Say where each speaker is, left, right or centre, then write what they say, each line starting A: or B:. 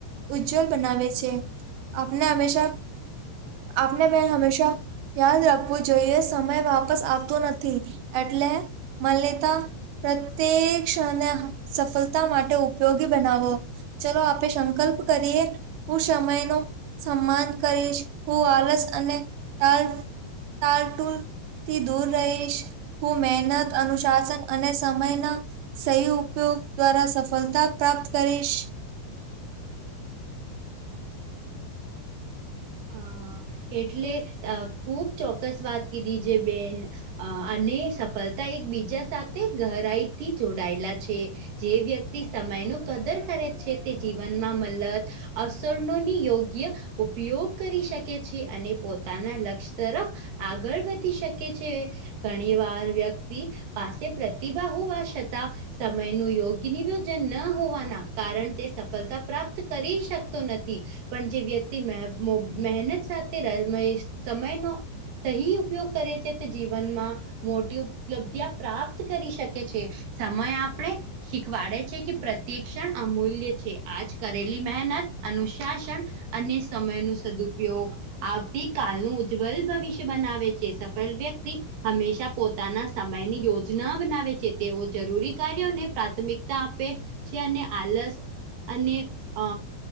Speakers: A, on the right (about 80°); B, on the right (about 70°).
A: ઉજ્જવલ બનાવે છે. આપને હંમેશાં આપને મેં હમેશા યાદ રાખવું જોઈએ. સમય વાપસ આવતો નથી એટલે માલ્યતા પ્રત્યેક ક્ષણને સફલતા માટે ઉપયોગી બનાવો. ચલો આપે સંકલ્પ કરીએ હું સમયનો સમ્માન કરીશ. હું આલસ અને ટાલ ટાલ ટુલ થી દૂર રહીશ. હું મહેનત, અનુશાસન અને સમયના સહી ઉપયોગ દ્વારા સફલતા પ્રાપ્ત કરીશ.
B: અ એટલે અ ખુબ ચોક્કસ વાત કીધી જે બેન અ અને સફલતા એકબીજા સાથે ગહરાઈથી જોડાયેલા છે. જે વ્યક્તિ સમયનું કદર કરે છે તે જીવનમાં મલત અવસરનોની યોગ્ય ઉપયોગ કરી શકે છે અને પોતાના લક્ષ્ય તરફ આગળ વધી શકે છે. ઘણીવાર વ્યક્તિ પાસે પ્રતિભા હોવા છતાં સમયનું યોગ્ય નિવેયોજન ન હોવાના કારણ તે સફલતા પ્રાપ્ત કરી શકતો નથી. પણ જે વ્યક્તિ મે મો મહેનત સાથે ર મય સમયનો સહી ઉપયોગ કરે છે તે જીવનમાં મોટી ઉપલબ્ધિ યા પ્રાપ્ત કરી શકે છે. સમય આપણે શીખવાડે છે કે પ્રત્યેક ક્ષણ અમૂલ્ય છે. આજ કરેલી મહેનત, અનુશાસન અને સમયનું સદુપયોગ આવતી કાલનું ઉજ્જવલ ભવિષ્ય બનાવે છે. સફલ વ્યક્તિ હંમેશા પોતાના સમયની યોજના બનાવે છે. તેઓ જરૂરી કાર્યોને પ્રાથમિકતા આપે છે અને આલસ અને અ